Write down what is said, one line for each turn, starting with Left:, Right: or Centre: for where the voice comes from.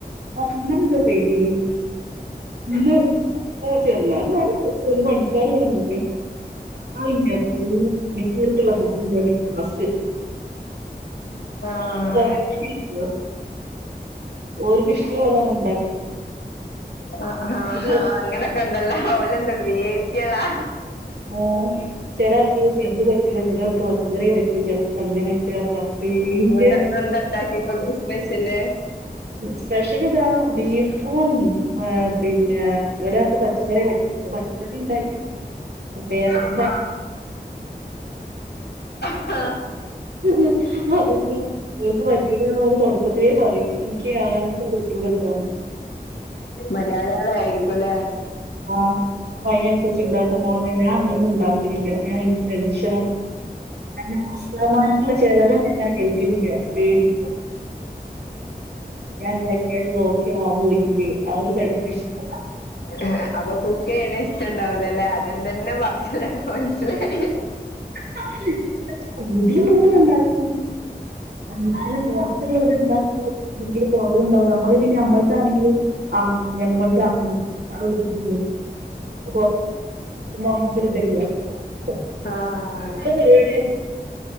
Right: ആഹ് ഇന്നലെ <unintelligible> പെയ്തിനി ഇന്ന് ചെറുങ്ങനെ മഴ <unintelligible> <inaudible> പിന്നെ പണിക്കാര് <unintelligible> <inaudible> അയിൻ്റ <unintelligible> <inaudible> അയ്റ്റേക്ക്ള്ള ഫുഡ് ഇണ്ടാക്കണ ടാസ്‌ക്
Left: ആഹ്
Right: <unintelligible> <inaudible> ഓര് ഇഷ്ടള്ളതാ <unintelligible>
Left: ആ ആ ആ
Right: ചില
Left: അങ്ങനെയൊക്കെ ഉണ്ടല്ലോ ഓലെന്താ വി ഐ പി യേളാ
Right: ഉം ചെല ആൾക്ക് <unintelligible> ചെലത് പറ്റൂല ചെല ആൾക്ക് പച്ചക്കറ്യേ പറ്റു ചെല ആൾക്ക് അങ്ങനിന്റെ റബീന്റെ
Left: എന്നിട്ട് ഇന്ന് എന്താ ഉണ്ടാക്കി കൊടുത്ത് സ്പെഷ്യല്
Right: സ്പെഷ്യൽ ഇതാ ബീഫും ഉം പിന്നെ ഒരാൾക്ക് പച്ചക്കറി <inaudible> പച്ചക്കറി ഇണ്ടാക്കി <inaudible>
Left: ആഹാ
Right: ഇണ്ടാക്കി
Left: ഹാ
Right: അത് പിന്നെ എനിക്ക് പ റ്റിതാണ് അവര് തുടക്കത്തിലെ പറയും എനിക്ക് <inaudible> ത്തെ പറ്റൂല്ലട്ടോന്ന്
Left: മലയാളികളായിരിക്കൂലെ
Right: ആഹ് അപ്പൊ അയിനനുസരിച്ച് ഇണ്ടാക്കും മാണം ഞാൻ അങ്ങനെ ഒന്നും ഉണ്ടാക്കലില്ല ഞാൻ എനിക്ക് ടെൻഷനാ <unintelligible> <unintelligible> ഞാൻ ഇണ്ടാക്കിയര് നോ ക്കാ <unintelligible> പോയിറ്റില്ലേ ആഹ് ഒരു കൺഫ്യൂഷനാ
Left: ഏഹ് അപ്പൊ കുക്ക് ചെയ്യ്ണേ ഇഷ്ടണ്ടാവുലലേ ആദ്യം തന്നെ പറ്ച്ചില് കേട്ടപ്പോ മനസ്സിലായി
Right: <unintelligible> ഇണ്ടാക്ക എന്നാലും പൊറത്ത <unintelligible> <unintelligible> അപ്പം ഉണ്ടാവും നമ്മള് പിന്നെ നമ്മള താണെങ്കില് ആഹ് <unintelligible> ഞമ്മൾതാങ്ങന <unintelligible> ആതറ കേൾക്കുമ്പോ നമ്മുക്കൊ ഇതെല്ലെ <unintelligible>
Left: ആഹ്
Right: ഇന്റെ പരിപാട്യ ഇത്